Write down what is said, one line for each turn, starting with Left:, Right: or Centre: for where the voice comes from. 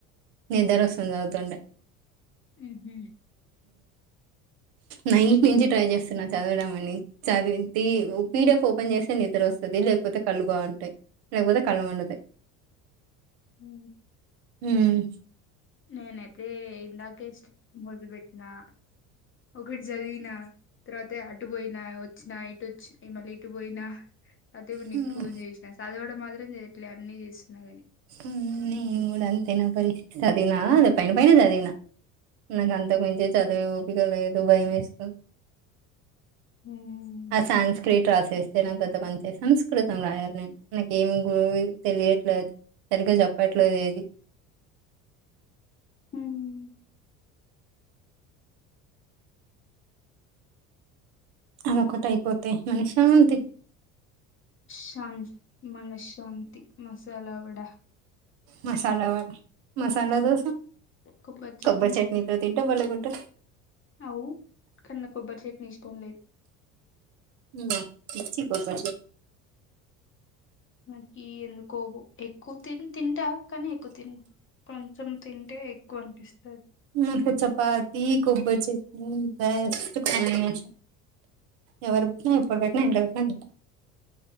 Right: నిద్ర వస్తుంది. చదువుతుండే
Left: ఉహ్
Right: నైట్ నుంచి ట్రై చేస్తున్నా చదవడం. అని చదివింది. పీ డి ఎఫ్ ఓపెన్ చేస్తే నిద్ర వస్తది. లేకపోతే కళ్ళు బాగుంటాయి. లేకపోతే కళ్ళు మండుతాయి.
Left: హ్
Right: హ్మ్.
Left: నేనైతే లా కే ఎస్ట్ మొదలు బెట్నా ఒకటి జాధీవినా తర్వాత అటు పోయినా వోచ్చిన ఇటు వొచ్చినా ఇగ మల్లి ఇటు పోయినా అయితే ఇప్పుడు
Right: హ్మ్.
Left: నీకు ఫోన్ చేసినా చదవడం మాత్రం చేయట్లే అన్నీ చేస్తున్నా గాని
Right: హ్ నేను కూడా అంతే నా పరిస్తితి చదవనా అది పైన పైన చదివినా నాకు అంతకు మించి చదివే ఓపికలేదు. ద్ భయం వేస్తవ్
Left: హ్మ్.
Right: ఆ సన్స్క్రిట్ రాసేస్ తేనంగ్ పెద్ద పని చేసాం సంస్కృతం రాయాల్ నేను నాక్ ఏం గుర్ తెలియట్లేదు సరిగ్గా చెప్పట్లే ఎది
Left: హ్మ్.
Right: అ ఒకట్ అయిపోతే మనశ్శాంతి
Left: శాంత్ మనశ్శాంతి మసాలా వడ
Right: మసాలా వడ మసాలా దోస
Left: కొబ్బరి చట్నీ
Right: కబ్బర్ చట్నీతో తింటే బలేగుంటది
Left: అవు కన్ నాక్ కొబ్బర్ చట్ని ఇష్టం లేదు
Right: ఉమ్మ పిచ్చి కొబ్బర్ చట్
Left: మకి ఎందుకో ఎక్కువ తిన్ తింటా కానీ ఎక్కువ తిం కొంచం తింటే ఎక్కువ అన్పిస్తది
Right: నాకు చపాతి కొబ్బరి చట్నీ బెస్ట్ కాంబినేషన్ ఎవరు పెట్టినా ఎప్పుడు పెట్టినా ఇట్లో పెట్టినా తింట